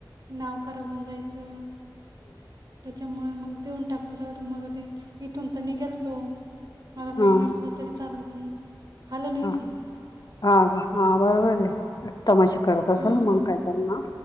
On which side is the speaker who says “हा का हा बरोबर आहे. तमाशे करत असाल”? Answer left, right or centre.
Left